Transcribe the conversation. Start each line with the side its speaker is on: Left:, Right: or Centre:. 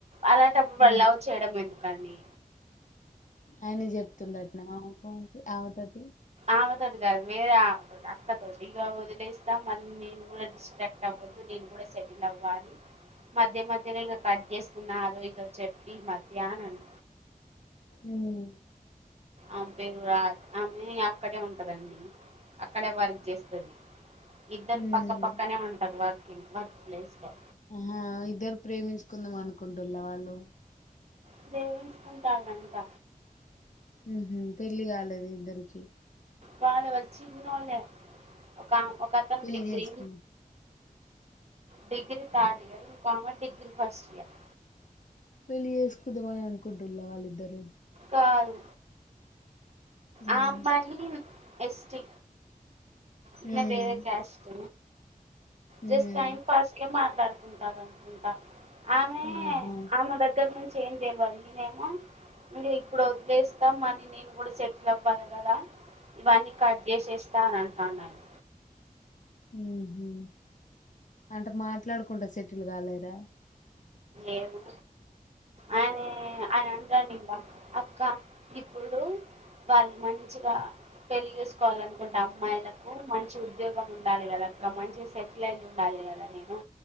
Right: అలాంటప్పుడు
Left: ఆ
Right: మల్ల లవ్ చేయడం ఎందుకని
Left: అయని చెప్తుండల్ల ఆ ఆమె తోటి
Right: ఆమెతోటి కాదు వేరే ఆమతోటి అక్కతోటి ఇక వదిలేస్తా మళ్ళీ నేను కూడా డిస్ట్రాక్ట్ అవ్వద్దు నే నేను కూడా సెటిల్ అవ్వాలి మధ్య మధ్యలో ఇంక కట్ చేస్తున్నా అదో ఇదో చెప్పి ఈ మధ్య అని అన్
Left: ఉమ్
Right: ఆమె పేరు రా ఆమె అక్కడే ఉంటదండి అక్కడే వర్క్ చేస్తది ఇద్దరు
Left: ఉమ్
Right: పక్క పక్కనే ఉంటది వర్కి వర్క్ ప్లేస్ లో
Left: ఆహా ఇద్దరు ప్రేమించుకుందాం అనుకుంటుల వాళ్ళు
Right: ప్రేమించుకుంటున్నాదంట
Left: ఉహూ పెళ్లి కాలేదు ఇద్దరికి
Right: వాళ్ళు వచ్చిన్నోలే ఒక ఒక అతను
Left: పెళ్లి
Right: డిగ్రీ
Left: చేసుకున్నా
Right: డిగ్రీ థర్డ్ ఇయరు ఇంకో ఆమె డిగ్రీ ఫస్ట్ ఇయర్
Left: పెళ్ళి చేసుకుదామని అనుకుంటులా వాళ్ళిద్దరు
Right: కాదు
Left: ఉమ్
Right: ఆ అమ్మాయి ఎస్టి ఈయన
Left: ఉమ్
Right: వేరే caste
Left: um
Right: just time pass కే మాట్లాడుకుంటారు అనుకుంటా ఆమె
Left: ఆహా
Right: ఆమె దగ్గర నుంచి ఏం తెవాలి ఈనేమో నుడే ఇప్పుడు వదిలేస్తాం అని నేను కూడా సెటిల్ అవ్వాలి కదా ఇవన్నీ కట్చేసేస్తా అని అంటన్నడు
Left: ఉహూ అంటే మాట్లాడుకుంటా సెటిల్ కాలేడా
Right: ఏమో ఆయనే అయ్ రనింద అక్క ఇప్పుడు వాళ్ళు మంచిగా పెళ్లి చేసుకోవాలనుకుంటే అమ్మాయిలకు మంచి ఉద్యోగం ఉండాలి కదా ఇక మంచిగా సెటిల్ అయి ఉండాలి కదా నేను